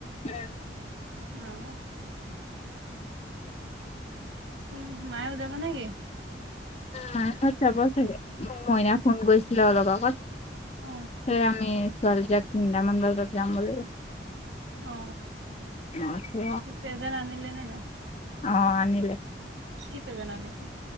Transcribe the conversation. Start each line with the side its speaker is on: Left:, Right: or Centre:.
Left: উম
Right: আহ উম মায়েও যাবা নেকি
Left: মাহত যাব চাগে মোক মইনা ফোন কৰিছিলে অলপ আগত
Right: অ
Left: স আমি ছোৱালী জাক তিনিটামান বজাত যাম বুলি
Right: অ
Left: মই কৈছো
Right: ইতিয়া এজন আনিলে নাই
Left: অ আনিলে
Right: কি প্ৰেজেন্ট আনিছে